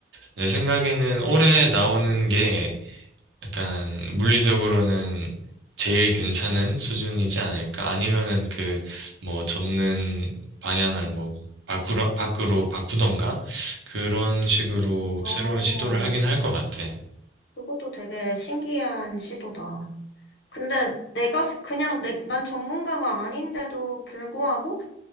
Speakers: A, on the right (about 85°); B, on the left (about 65°).
A: 내 생각에는 올해 나오는 게 약간 물리적으로는 제일 괜찮은 수준이지 않을까? 아니면은 그 뭐 접는 방향을 뭐 밖으로 밖으로 바꾸던가 그런 식으로
B: 어,
A: 새로운 시도를 하긴 할 것 같아.
B: 그것도 되게 신기한 시도다. 근데 내가 세- 그냥 내, 난 전문가가 아닌데도 불구하고